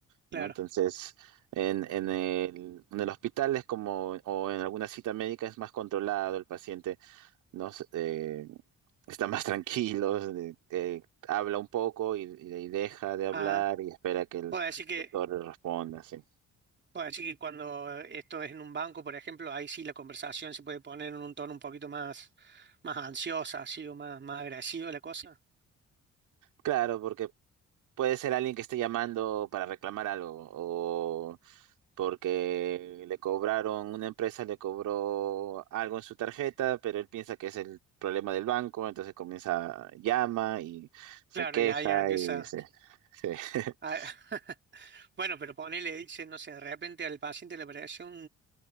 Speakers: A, on the right (about 80°); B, on the right (about 35°).
A: ¿no?
B: claro.
A: Entonces, en, en el, en el hospital es como, o en alguna cita médica es más controlado el paciente, ¿no? S- eh, está más <laughs> tranquilo, eh, eh, habla un poco y, y deja de hablar
B: Ah,
A: y espera que el
B: puedo decir que,
A: doctor le responda, sí.
B: puedo decir que cuando esto es en un banco, por ejemplo, ahí sí la conversación se puede poner en un tono un poquito más, más ansiosa, así, o más, más agresiva la cosa.
A: Claro, porque puede ser alguien que esté llamando para reclamar algo porque le cobraron, una empresa le cobró algo en su tarjeta, pero él piensa que es el problema del banco, entonces comienza, llama y se
B: Claro,
A: queja
B: ya, ya empieza.
A: y se... se- <laughs>
B: a- <laughs> Bueno, pero ponele, dice, no sé, de repente al paciente le apareció